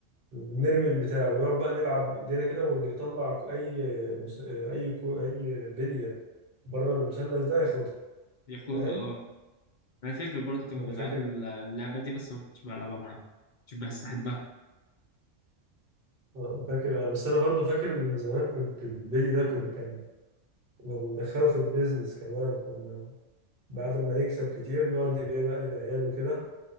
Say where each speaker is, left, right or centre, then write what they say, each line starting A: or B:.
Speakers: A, on the right; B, on the left.
A: وبنرمي البتاع ونقعد بقى نلعب بايدينا كده واللي يطلع ك- اي مس... اي كو... اي بليه بره المثلث ده ياخدها
B: ياخدها
A: فاهم
B: اه انا فاكر برضو كانوا
A: انا
B: بيلعبوا
A: فاكر
B: اللعبه دي بس أنا ما كنتش بلعبها معاهم مش بستحبها
A: آه، فاكر انا بس انا برضه فاكر ان زمان كنت البيلي ده كنت كان كنا بندخله في البيزنس كمان كنا بعد ما نكسب كتير نقعد نبيع بقى للعيال وكده